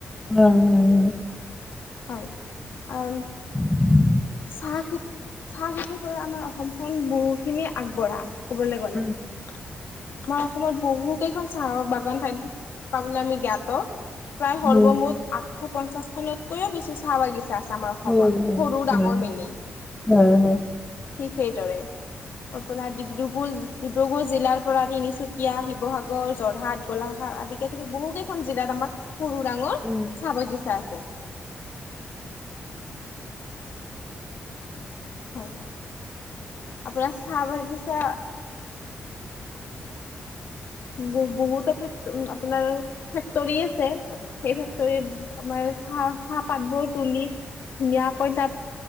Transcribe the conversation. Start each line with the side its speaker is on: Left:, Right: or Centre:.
Centre: হম, হম, হম।
Left: হয়, কাৰণ
Centre: <unintelligible>
Left: চাহখেতি, চাহখেতিৰ পৰা আমাৰ অসমখন বহুখিনি আগবঢ়া। ক'বলে
Centre: হয় হয়
Left: গ'লে। আমাৰ অসমত বহুকেইখন চাহৰ বাগান ঠাইত থকা বুলি আমি জ্ঞাত। প্ৰায় সৰ্বমুঠ
Centre: উম
Left: আঠশ পঞ্চাশ খনতকৈও বেছি চাহ বাগিচা আছে আমাৰ অসমত।
Centre: উম হয় হয়
Left: সৰু
Centre: হয়
Left: ডাঙৰ মিলি,
Centre: হয় হয় হয়
Left: ঠিক সেইদৰে। তাৰ পৰা ডিব্ৰুগড় ডিব্ৰুগড় জিলাৰ পৰা তিনিচুকীয়া, শিৱসাগৰ, যোৰহাট, গোলাঘাট আদিকে ধৰি বহুকেইখন জিলাত আমাৰ সৰু ডাঙৰ
Centre: উম
Left: চাহ বাগিছা আছে। হয়। আপোনাৰ চাহবাগিচা বহু-বহুতো আপোনাৰ ফেক্টৰী আছে। সেই ফেক্টৰীত আমাৰ চাহ চাহপাত বোৰ তুলি ধুনীয়াকৈ তাত